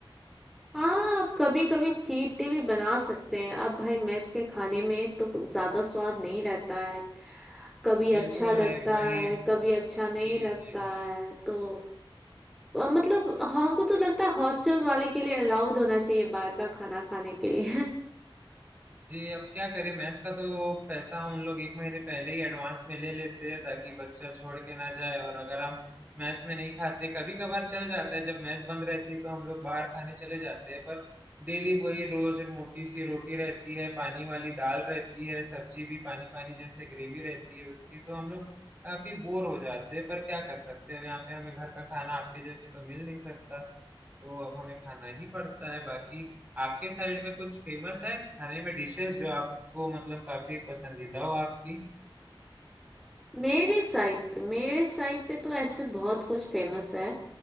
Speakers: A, in the centre; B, on the right.
A: हाँ आप कभी कभी चीट डे भी बना सकते हैं अब भाई मेस के खाने में तो ज्यादा स्वाद नहीं रहता है कभी
B: बिल्कुल
A: अच्छा लगता
B: नहीं वही
A: है कभी अच्छा
B: जी
A: नहीं लगता
B: जी
A: है तो अ, मतलब हमको तो लगता है हॉस्टल वाले के लिए अलाउड होना चाहिए बाहर का खाना खाने के लिए
B: जी अब क्या करें मैथ्स का तो पैसा उन लोग एक महीने पहले ही एडवांस में ले लेते हैं ताकि बच्चा छोड़ के ना जाए और अगर हम मैथ्स में नहीं खाते कभी कभार चल जाता है जब मैथ्स बंद रहती है तो हम लोग बाहर खाने चले जाते हैं पर डेली वही रोज मोटी सी रोटी रहती है पानी वाली दाल रहती है सब्जी भी पानी पानी जैसे ग्रेवी रहती है उसकी तो हम लोग काफी बोर हो जाते हैं पर क्या कर सकते हैं अब यहाँ पे हमें घर का खाना आपके जैसे तो मिल नहीं सकता तो अब हमें खाना ही पड़ता है बाकी आपके साइड में कुछ फेमस है खाने में डिशेस जो आपको मतलब काफी पसंदीदा हो आपकी
A: मेरे साइड पे मेरे साइड पे तो ऐसे बहुत कुछ फेमस है